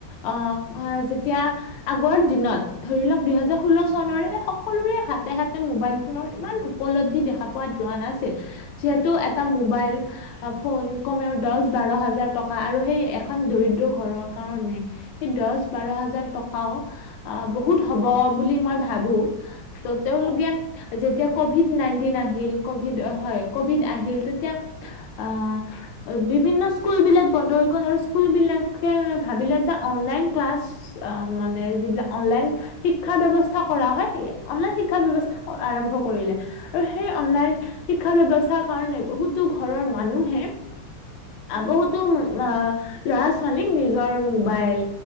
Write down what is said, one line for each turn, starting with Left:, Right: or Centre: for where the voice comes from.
Left: অ', যেতিয়া আগৰ দিনত ধৰি লওক দুইহেজাৰ ষোল্ল চনৰে হওঁক। সকলোৰে হাতে হাতে মোবাইল ফোনৰ ইমান উপলব্ধি দেখা পোৱা যোৱা নাছিল। যিহেতু
Right: হয়
Left: এটা
Right: হয়
Left: মোবাইল ফোন কমেও দহ বাৰ হাজাৰ টকা আৰু সেই এখন দৰিদ্ৰ ঘৰৰ কাৰণে সেই দহ বাৰ হাজাৰ টকাও বহুত হ'ব বুলি মই ভাবো। ত' তেওঁলোকে
Right: হয়,
Left: যেতিয়া কভিড নাইনটিন আহিল কভিড হয়, কভিড আহিল তেতিয়া আহ বিভিন্ন স্কুল বিলাক বন্ধ হৈ গ'ল আৰু স্কুল বিলাকে ভাবিলে যে অনলাইন ক্লাছ মানে যিলাক অনলাইন শি শিক্ষা ব্যৱস্থা
Right: উম,
Left: কৰা হয়, অনলাইন শিক্ষাৰ ব্য্ৱস্থা আৰম্ভ কৰিলে আৰু সেই
Right: হয়,
Left: অনলাইন শিক্ষা ব্যয়ৱস্থাৰ কাৰণে বহুতো ঘৰৰ মানুহে
Right: উম,
Left: বহুত তো ল'ৰা-ছোৱালীক নিজৰ মোবাইল